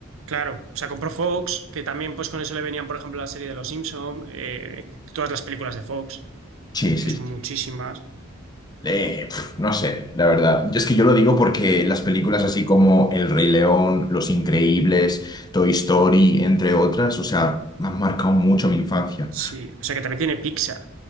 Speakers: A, on the right (about 80°); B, on the left (about 20°).
A: Claro, o sea, compró Fox, que también pues con eso le venían, por ejemplo, la serie de Los Simpson, eh, todas las películas de Fox,
B: Sí, sí.
A: que son
B: sí.
A: muchísimas.
B: Eh, pf, no sé, la verdad. Yo Es que yo lo digo porque las películas así como El Rey León, Los Increíbles, Toy Story, entre otras, o sea, me han marcado mucho mi infancia.
A: Sí, o sea, que también tiene Pixar.